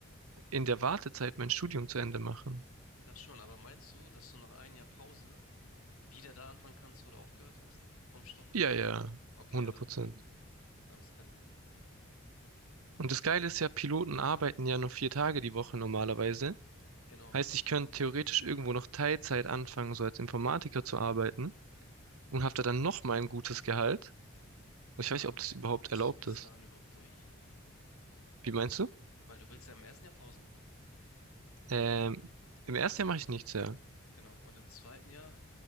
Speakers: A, on the right (about 85°); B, on the left (about 85°).
A: in der Wartezeit mein Studium zu Ende machen.
B: Das schon, aber meinst du, dass du nach einem Jahr Pause wieder da anfangen kannst, wo du aufgehört hast? Vom Stoff her?
A: Ja, ja,
B: Okay,
A: hundert
B: ja dann.
A: Prozent.
B: Dann ist kein Ding.
A: Und das Geile ist ja, Piloten arbeiten ja noch vier Tage die Woche normalerweise.
B: Genau.
A: Heißt, ich könnte theoretisch irgendwo noch Teilzeit anfangen, so als Informatiker zu arbeiten. und haftet dann nochmal ein gutes Gehalt. Und
B: Aber
A: ich weiß nicht, ob das überhaupt
B: bist
A: erlaubt
B: du bis
A: ist.
B: dahin überhaupt durch?
A: Wie meinst du?
B: Weil du willst ja im ersten Jahr Pause machen.
A: Ähm, im ersten Jahr mache ich nichts, ja.
B: Genau. Und im zweiten Jahr,